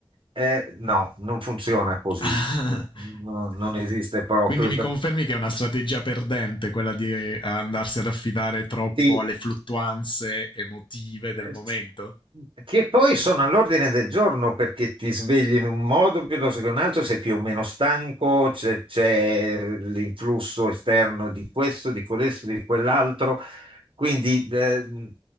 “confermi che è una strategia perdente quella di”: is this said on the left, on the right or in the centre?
Left